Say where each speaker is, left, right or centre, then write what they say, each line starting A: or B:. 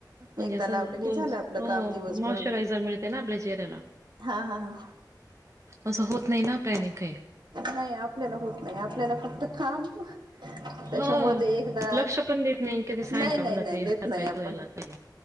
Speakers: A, on the right; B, on the right.
A: आणि
B: एकदा
A: अस्
B: लावलं
A: आहे रोज
B: की झालं आपलं काम दिवसभर
A: मॉश्चरायझर मिळतेय ना आपल्या चेहऱ्याला.
B: हां हां हां
A: असं होत नाही ना प्लानीगं काही
B: नायी आपल्याला होत नाही आपल्याला फक्त काम त्याच्यामुळे
A: हो.
B: ते एकदा
A: लक्ष पण देत नाही कधी सायंकाळून
B: नाई नाई
A: जाते
B: नाई देत
A: हात
B: नाही
A: पाय
B: आपण
A: धुवायला काही.